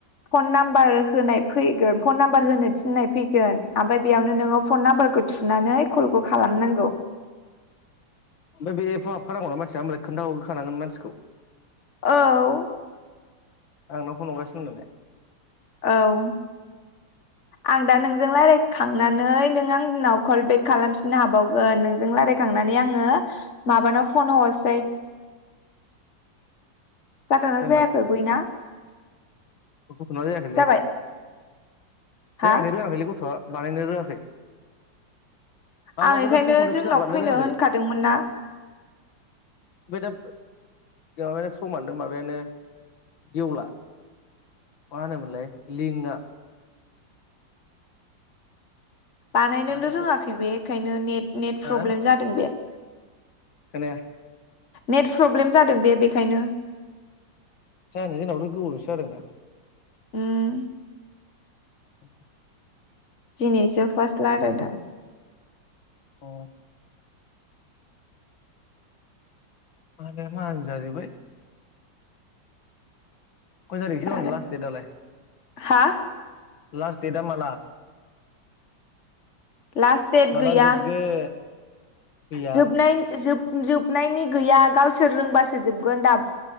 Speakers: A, on the left (about 40°); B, on the left (about 85°).
A: फन नाम्बार होनाय फैगोन फन नाम्बार होनो थिननाय फै गोन आमफाय बेयावनो नोङो फन नाम्बारखौ थुनानै कलखौ खालामनांगौ।
B: ओमफाय बे एफाव हाबखानांगौना मानसिया होमबालाय खोन्थाहरग्रोखानांगोन मानसिखौ।
A: औ
B: आंनाव‌ फन हरगासिनो <unintelligible>
A: औ आं दा नोंजों रायज्लायखांनानै नों आंनाव कल बेेक खालामफिननो हाबावगोन नोंजों रायलाय खांनानै आङो माबानाव फन हरसै
B: <inaudible>
A: जादोंना
B: जोंनाव
A: जायाखै बैना?
B: गथ'ना जायाखैलै
A: जाबाय हा
B: जायाखै रोङाखैलै गथ'आ बानायनो रोङाखै। माबाखौनो
A: आं बेखायनो
B: फर्मखौनो
A: जोंनाव
B: फिलाप बानायनो
A: फैनो
B: रोङाखै।
A: होनखादोंमोन ना
B: आमफाय दा माबायानो फ्रमानो माबायानो गेवला। मा होनोमोनलाय लिंकआ।
A: बानायनोनो
B: मानो
A: रोङाखै
B: गेवा
A: बे बेखायनो नेट नेट
B: हो
A: प्रब्लेम जादों बे।
B: खोनाया
A: नेट प्रब्लेम जादों बे बेखायनो।
B: जानो जोंनावबोथ' गोबावजोंसो जादों दा।
A: उम
B: <inaudible>
A: दिनैसो फास्ट रायलायदों।
B: अ मालाया माहाजोन जाजोबबाय। खय तारिखहै
A: लाराय
B: उन लास्ट डेत आलाय
A: हा
B: लास्ट डेट आ माला?
A: लास्ट देट
B: माला
A: गैया
B: जोबगोन गैया
A: जोबनाय जोब जोबनायनि गैया गावसोर रोंबासो जोबगोन दाब